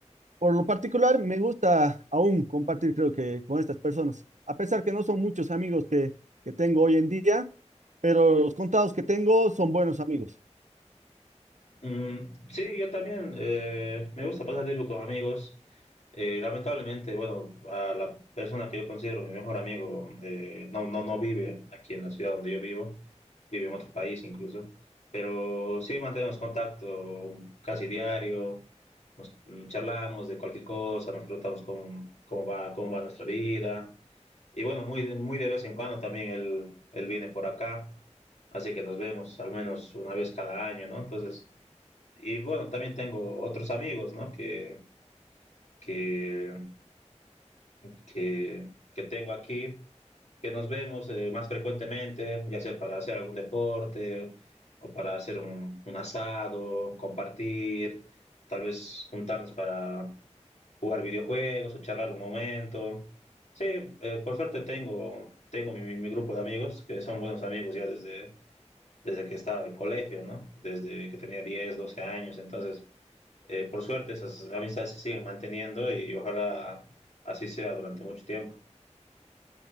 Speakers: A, on the right; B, on the left.
A: Por lo particular, me gusta aún compartir, creo que, con estas personas. A pesar que no son muchos amigos que, que tengo hoy en día, pero los contados que tengo son buenos amigos.
B: Mm, sí, yo también eh, me gusta pasar tiempo con amigos. Eh, lamentablemente, bueno, a la persona que yo considero mi mejor amigo eh, no, no, no vive aquí en la ciudad donde yo vivo. vive en otro país incluso. Pero sí mantenemos contacto casi diario, nos mm, charlamos de cualquier cosa, nos preguntamos cómo, cómo va, cómo va nuestra vida. Y bueno, muy, de- muy de vez en cuando también él, él viene por acá, así que nos vemos al menos una vez cada año, ¿no? Entonces, y bueno, también tengo otros amigos, ¿no? Que, que, que, que tengo aquí, que nos vemos eh, más frecuentemente, ya sea para hacer algún deporte o para hacer un, un asado, compartir, tal vez juntarnos para jugar videojuegos o charlar un momento. Sí, eh, por suerte tengo, tengo mi, mi, grupo de amigos, que son buenos amigos ya desde, desde que estaba en colegio, ¿no? Desde que tenía 10 12 años. Entonces, eh, por suerte esas amistades se siguen manteniendo y ojalá así sea durante mucho tiempo.